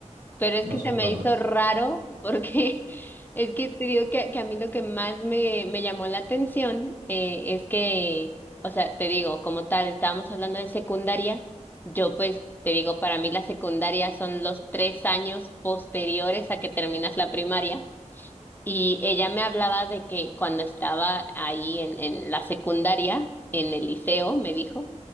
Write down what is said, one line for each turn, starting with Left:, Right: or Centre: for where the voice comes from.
Left: Pero es
Right: No
Left: que
Right: son
Left: se me
Right: tantos.
Left: hizo raro porque <laughs> es que te digo que, que a mí lo que más me, me llamó la atención eh, es que, o sea, te digo, como tal, estábamos hablando de secundaria, yo pues te digo, para mí la secundaria son los tres años posteriores a que terminas la primaria. Y ella me hablaba de que cuando estaba ahí en, en la secundaria, en el liceo, me dijo,